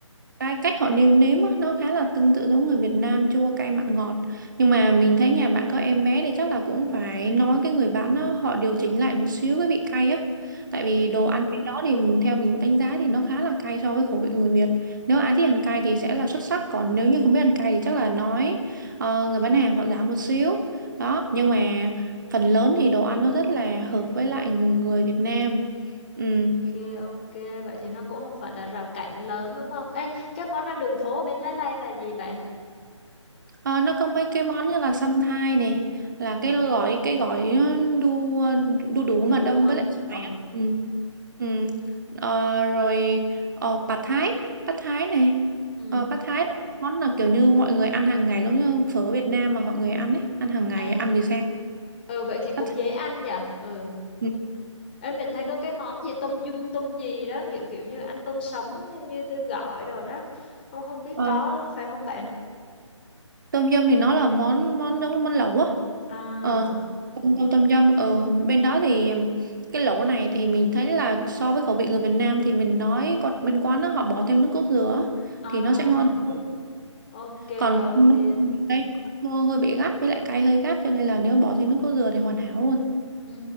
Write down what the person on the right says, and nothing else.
Cái cách họ nêm nếm á, nó khá là tương tự giống người Việt Nam chua cay mặn ngọt nhưng mà mình thấy nhà bạn có em bé thì chắc là cũng phải nói cái người bán á, họ điều chỉnh lại một xíu cái vị cay á tại
vì đồ ăn bên đó thì theo mình đánh giá thì nó khá là cay so với khẩu vị người Việt nếu ai thích ăn cay thì sẽ là xuất sắc còn nếu như không biết ăn cay thì chắc là nói ờ, người bán hàng họ giảm một xíu đó nhưng mà phần lớn thì đồ ăn nó rất là hợp với lại người Việt Nam ừ.
Ờ, nó có mấy cái món như là săn thai này là cái gói cái gói ờ, đu ờ, đu đủ
mà đâm
với lại xoài
á. ừ. Ừ. Ờ, rồi ờ, pad thái pad thái này
ờ, pad thái là món là kiểu như mọi người ăn hàng ngày giống như phở Việt Nam mà mọi người ăn ấy ăn hàng ngày
ăn buổi sáng
pad thái.
Ừ.
Ờ,
tôm dâm thì nó là món món giống món lẩu á.
Ờ, tôm tom tom yum ở bên đó thì ừm, cái lẩu này thì mình thấy là so với khẩu vị người Việt Nam thì mình nói còn bên quán đó họ bỏ thêm nước cốt dừa á,
thì nó sẽ ngon. hơn.
Còn không
thì thấy nó hơi bị gắt với lại cay hơi gắt cho nên là nếu bỏ thêm nước cốt dừa thì hoàn hảo luôn.